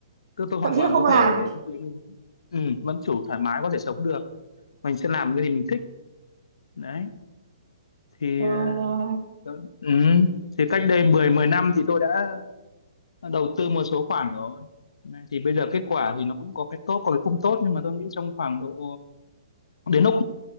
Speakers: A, on the left (about 80°); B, on the right (about 50°).
A: tôi, tôi
B: thậm
A: hoàn
B: chí
A: toàn
B: là không
A: có
B: làm
A: thể lúc ý mình ừm, vẫn chủ thoải mái có thể sống được mình sẽ làm cái gì mình thích đấy thì
B: rồi,
A: ờ,
B: rồi.
A: tớ- ừm, thì cách đây 10 10 năm thì tôi đã đầu tư một số khoản rồi Này, thì bây giờ kết quả thì nó cũng có cái tốt có cái không tốt nhưng mà tôi nghĩ trong khoảng độ đến lúc